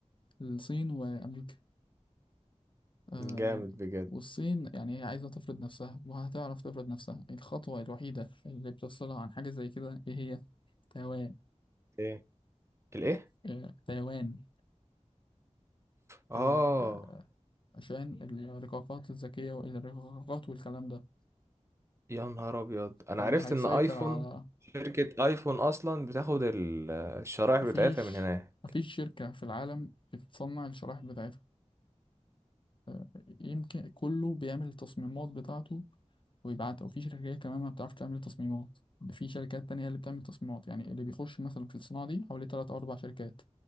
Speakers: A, on the left; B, on the right.
A: الصين وأمريكا آه
B: جامد بجد
A: والصين يعني هي عايزة تفرض نفسها وهتعرف تفرض نفسها الخطوة الوحيدة اللي بتفصلها عن حاجة زي كده إيه هي؟ تايوان
B: إيه الإيه؟
A: آه تايوان
B: آه
A: آه عشان الرقاقات الذكية والرقاقات والكلام ده
B: يا نهار أبيض أنا
A: فاللي
B: عرفت
A: هيسيطر
B: إن آيفون
A: على
B: شركة آيفون أصلا بتاخد الشرائح
A: مفيش
B: بتاعتها من هنا
A: مفيش شركة في العالم بتصنع الشرائح بتاعتها آه، يمكن كله بيعمل التصميمات بتاعته ويبعتها وفي شركات كمان ما بتعرفش تعمل تصميمات في شركات تانية هي اللي بتعمل تصميمات يعني اللي بيخش مثلا في الصناعة دي حوالي تلات أو أربع شركات